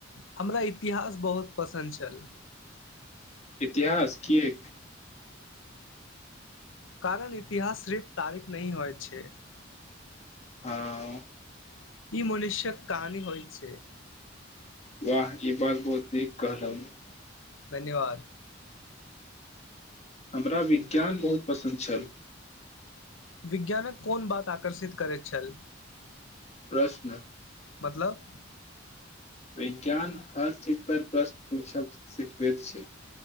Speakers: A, on the left; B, on the left.
A: हमरा इतिहास बहुत पसन्द छल
B: इतिहास की एक
A: कारण इतिहास सिर्फ तारीख नह होय छै
B: हँ
A: ई मनुष्यक कहानी होइ छै
B: वाह ई बात बहुत नीक कहलउ
A: धन्यवाद
B: हमरा विज्ञान बहुत पसन्द छल
A: विज्ञानक कोन बात आकर्षित करैत छल
B: प्रश्न
A: मतलब
B: विज्ञान हर चीज पर प्रश्न पूछब सिखबैत छै